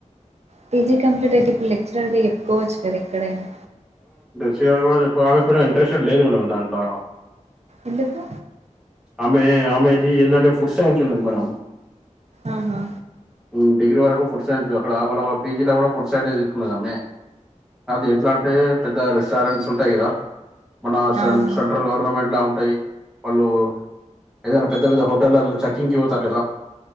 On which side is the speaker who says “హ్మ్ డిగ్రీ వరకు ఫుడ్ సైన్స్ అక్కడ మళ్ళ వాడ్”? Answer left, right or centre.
Centre